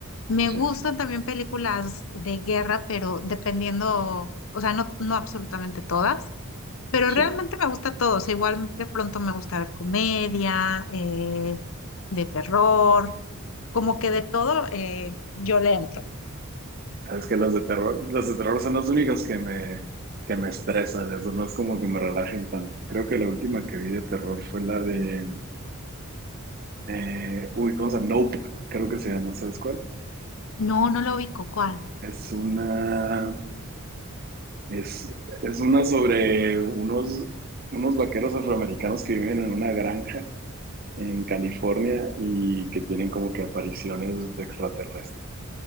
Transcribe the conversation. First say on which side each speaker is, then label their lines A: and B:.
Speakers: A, on the left (about 60°); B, on the right (about 40°).
A: Me
B: Sí,
A: gustan también películas de guerra, pero dependiendo, o sea, no, no absolutamente todas, pero
B: sí.
A: realmente me gusta todo. O sea, igual de pronto me gusta ver comedia, eh, de terror. como que de todo eh, yo le entro.
B: Sabes que las de terror, las de terror son las únicas que me, que me estresan, eso no es como que me relajen tanto. Creo que la última que vi de terror fue la de, eh, uy, ¿cómo se llama? Nope, creo que se llama, ¿sabes cuál?
A: No, no lo ubico. ¿Cuál?
B: Es una, es, es una sobre unos, unos vaqueros afroamericanos que viven en una granja en California y que tienen como que apariciones de extraterrestres.